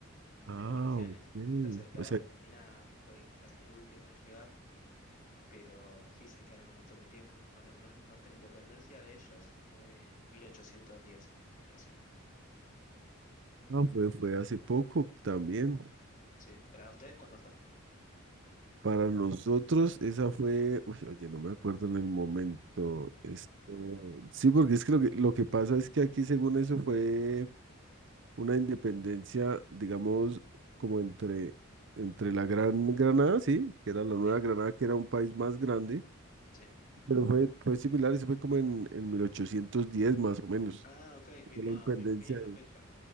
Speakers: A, on the right (about 55°); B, on the left (about 40°).
A: Ah,
B: de poblaciones.
A: ok.
B: Entonces, claro,
A: O sea,
B: Argentina fue quizás el último en llegar, pero sí se quedaron un montón de tiempo. Nue- nue- Nuestra independencia de ellos fue en 1810, recién.
A: ah, fue, fue hace poco también.
B: Sí. ¿O la de ustedes cuándo fue?
A: Para nosotros esa fue, uy, oye, no me acuerdo en el momento. Esto, sí, porque es que lo que, lo que pasa es que aquí según eso fue una independencia, digamos, como entre, entre la Gran Granada, sí, que era la Nueva
B: Sí,
A: Granada, que era un país más grande,
B: sí.
A: pero fue, fue similar, eso fue como en, en 1810 más o menos.
B: Ah, ok, misma,
A: Fue la independencia
B: mi- misma
A: de-
B: fecha.